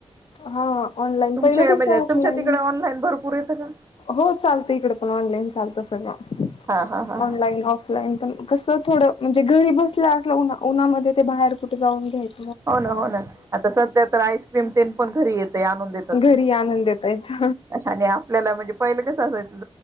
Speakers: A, on the left; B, on the right.
A: हा ऑनलाईन
B: तुमचे
A: पहिलं कसं
B: म्हणजे
A: ऑफलाईन
B: तुमच्या तिकडे ऑनलाईन भरपूर येतं का?
A: हो चालतं इकडे पण ऑनलाईन चालतं सगळं.
B: हा हा हा हा
A: ऑनलाईन ऑफलाईन पण कस थोडं म्हणजे घरी बसल्या असल्या उन्हा उन्हामध्ये ते बाहेर कुठे जाऊन घ्यायच
B: हो ना हो ना आता सध्या तर आईस्क्रीम तेन पण घरी येते आणून देतात
A: घरी
B: ते.
A: आणून देतायत
B: आणि आपल्याला म्हणजे पहिलं कसं असायचं